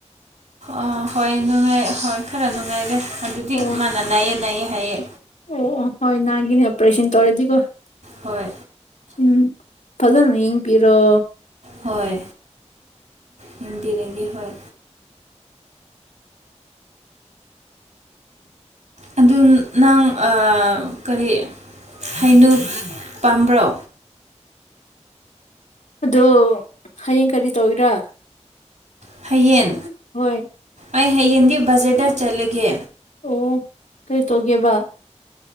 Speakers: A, on the right (about 80°); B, on the left (about 85°).
A: ꯑꯥ ꯍꯣꯏ ꯅꯨꯡꯉꯥꯏ ꯍꯣꯏ ꯈꯔ ꯅꯨꯡꯉꯥꯏꯔꯦ ꯑꯗꯨꯗꯤ
B: ꯑꯣ
A: ꯃꯥꯅ ꯅꯥꯏꯌꯦ ꯅꯥꯏꯌꯦ ꯍꯥꯏꯌꯦ
B: ꯑꯣ ꯑꯣ ꯍꯣꯏ ꯅꯥꯒꯤꯅꯤ ꯑꯣꯄꯔꯦꯁꯟ ꯇꯧꯔꯗꯤꯀꯣ
A: ꯍꯣꯏ
B: ꯎꯝ ꯐꯖꯅ ꯌꯦꯡ ꯄꯤꯔꯣ
A: ꯍꯣꯏ ꯅꯨꯡꯇꯤꯅꯤꯒꯤ ꯍꯣꯏ ꯑꯗꯨ ꯅꯪ ꯑ ꯀꯔꯤ ꯍꯥꯏꯩꯅꯨ ꯄꯥꯝꯕ꯭ꯔꯣ
B: ꯑꯗꯣ ꯍꯌꯦꯡ ꯀꯔꯤ ꯇꯧꯒꯦꯔꯥ
A: ꯍꯌꯦꯟ
B: ꯍꯣꯏ
A: ꯑꯩ ꯍꯌꯦꯡꯗꯤ ꯕꯖꯔꯗ ꯆꯠꯂꯒꯦ
B: ꯑꯣ ꯀꯩ ꯇꯧꯒꯦꯕ